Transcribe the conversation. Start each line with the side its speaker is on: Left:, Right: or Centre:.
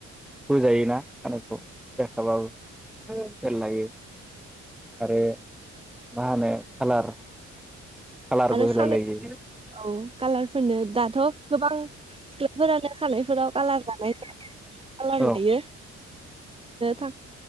Centre: बोजायोना खानायखौ। सिदा गानबाबो औ <inaudible> फोर लायो आरो मा होनो खालार। खालारबो
Right: आरो
Centre: होलाय
Right: खानाय
Centre: लायो।
Right: औ कालारफोरनो दाथ' गोबां सिख्लाफोरानो खानायफोराव कालार लानाय कालार
Centre: औ
Right: लायो। थां